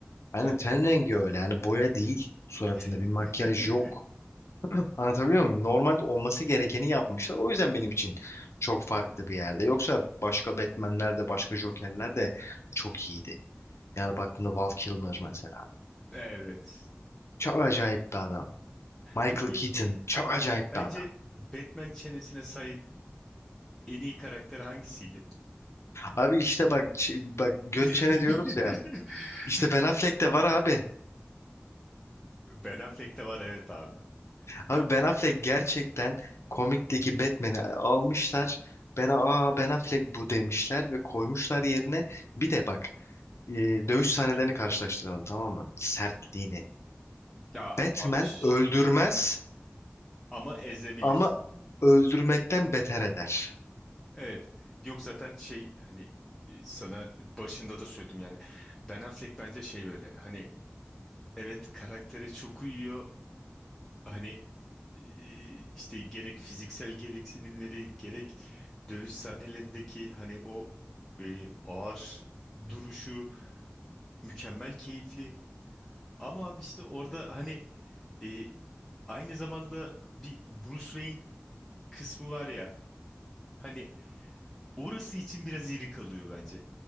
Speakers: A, on the left; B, in the centre.
A: Aynen
B: Evet.
A: ten rengi öyle. Yani boya değil suratında
B: <laughs>
A: bir makyaj yok. Anlatabiliyor muyum? Normalde olması gerekeni yapmışlar. O yüzden benim için çok farklı bir yerde. Yoksa başka Batman'ler de başka Joker'ler de çok iyiydi. Yani baktığında Val Kilmer mesela.
B: Evet.
A: Çok acayip bir adam. Michael
B: Peki
A: Keaton çok acayip
B: bence
A: bir adam.
B: Batman çenesine sahip en iyi karakter hangisiydi?
A: Abi işte bak ç- bak göt
B: <laughs>
A: çene diyoruz ya. İşte Ben Affleck de var abi.
B: Ben Affleck'te var evet abi. Be-
A: Abi Ben Affleck gerçekten komikteki Batman'i almışlar. Ben aa Ben Affleck bu demişler ve koymuşlar yerine. Bir de bak e, dövüş sahnelerini karşılaştıralım tamam mı? Sertliğini.
B: ya
A: Batman
B: abi ş-
A: öldürmez
B: ama ezebilir.
A: ama öldürmekten beter eder.
B: Evet. Yok zaten şey hani e, sana başında da söyledim yani. Ben Affleck bence şey böyle hani evet karaktere çok uyuyor. Hani e, işte gerek fiziksel gereksinimleri gerek dövüş sahnelerindeki hani o e, ağır duruşu mükemmel keyifli. Ama abi işte orada hani e, Aynı zamanda bir Bruce Wayne kısmı var ya. Hani orası için biraz iri kalıyor bence.